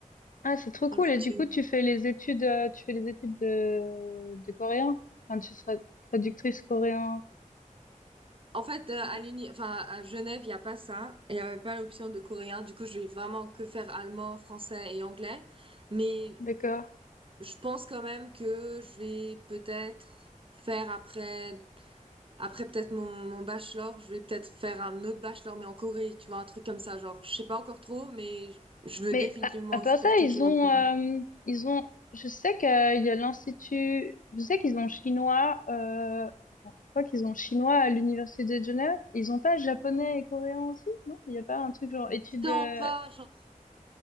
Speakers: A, on the left (about 75°); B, on the right (about 40°).
A: Ah, c'est
B: <laughs>
A: trop
B: dans
A: cool.
B: le
A: Et
B: futur.
A: du coup, tu fais les études, euh, tu fais les études de, de coréen. Enfin, tu seras traductrice coréen.
B: En fait, euh,
A: Ouais,
B: à l'uni, enfin, à Genève, il n'y a pas ça. Il n'y avait pas l'option de coréen. Du coup, je vais vraiment que faire allemand, français et anglais. Mais
A: D'accord.
B: je pense quand même que je vais peut-être faire après, après peut-être mon, mon bachelor, je vais peut-être faire un autre bachelor, mais en Corée, tu vois, un truc comme ça. Genre, je sais pas encore trop, mais je je veux
A: Mais
B: définitivement
A: à, à
B: aussi
A: part ça,
B: faire quelque
A: ils
B: chose
A: ont,
B: en Corée.
A: euh, ils ont, je sais qu'il y a l'institut, je sais qu'ils ont chinois, euh, je crois qu'ils ont chinois à l'université de Genève. Ils ont pas japonais et coréen aussi, non? Il n'y a pas un truc genre études,
B: tant
A: euh,
B: pas, genre,